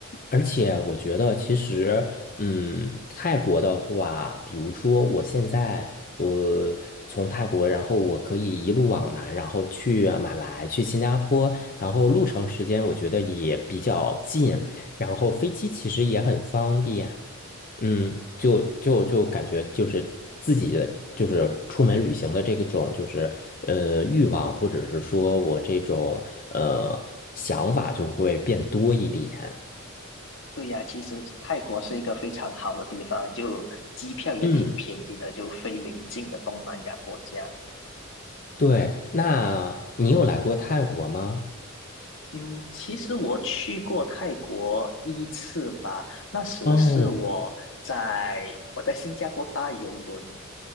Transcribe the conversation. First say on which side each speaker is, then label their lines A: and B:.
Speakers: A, on the left (about 40°); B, on the left (about 65°).
A: 而且我觉得其实，嗯，泰国的话，比如说我现在我从泰国，然后我可以一路往南，然后去马来，去新加坡，然后路程时间我觉得也比较近，然后飞机其实也很方便。嗯，就就就感觉就是自己的就是出门旅行的这个种就是呃欲望，或者是说我这种呃想法就会变多一点。
B: 对呀，其实泰国是一个非常好的地方，就机票也挺便宜的，
A: 嗯，
B: 就非邻近的东南亚国家。
A: 对。那你有来过泰国吗？
B: 嗯，其实我去过泰国一次吧，那时是我在我在新加坡搭邮轮，
A: 哦